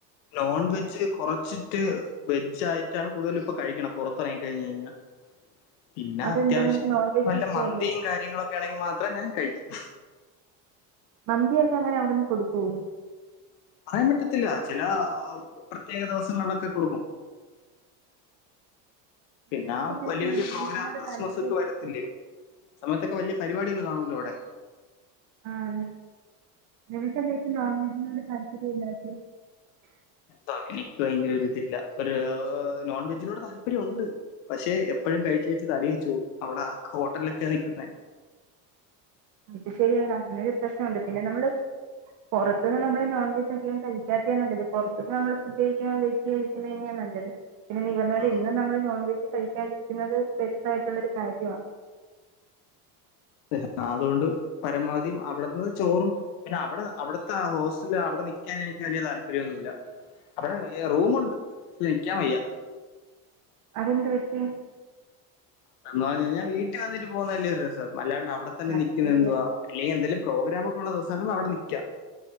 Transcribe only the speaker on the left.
നോൺ വെജ് കൊറച്ചിട്ട് വെജ് ആയിട്ടാണ് കൂടുതൽ ഇപ്പൊ കഴിക്ണ് പൊറത്തെറങ്ങി കഴിഞ്ഞ് കഴിഞ്ഞാ പിന്നെ
അത്യാവ്ശ്യം
വല്ല
മന്തിയും കാര്യങ്ങളൊക്കെ ആണെങ്കി മാത്രം ഞാൻ കഴിക്കും
പറയാൻ പറ്റത്തില്ല ചെല പ്രത്യേക ദിവസങ്ങളിലൊക്കെ കൊടുക്കും പിന്നെ
ആഹ് വലിയ
വലിയ
പ്രോഗ്രാം
ക്രിസ്മസ്
ഒക്കെ
വരത്തില്ലയോ സമയത്തൊക്കെ വലിയ പരിവാടികൾ കാണുല്ലോ അവ്ടെ
താ എനിക്ക് ഭയങ്കരരൊരിതില്ല ഒരു നോൺ വെജിനോട് താല്പര്യം ഉണ്ട് പക്ഷെ എപ്പഴും കഴിച്ച് കഴിച്ച് തടി വെച്ചു അവ്ടെ ഹോട്ടൽലൊക്കെ നിക്കുന്നെ
ഉം
ഇഹ് അതോണ്ട് പരമാവധിം അവിട്ന്ന് ചോറും പിന്നെ അവിടെ അവിട്ത്തെ ഹോസ്റ്റൽ അവിടെ നിക്കാൻ എനിക്ക് വലിയ താല്പര്യം ഒന്നുല്ല അവിടെ ഹ് റൂമുണ്ട് ശേ നിക്കാൻ വയ്യ
<unintelligible> വീട്ടി വന്നിട്ട് പോവുന്നതല്ലേ ഒരു രസം അല്ലാണ്ട് അവിടെ തന്നെ
നിക്കുന്നത്
എന്തുവാ അല്ലെങ്കിൽ എന്തെലും പ്രോഗ്രാം ഒക്കുള്ള ദിവസങ്ങള് അവിടെ നിക്കാ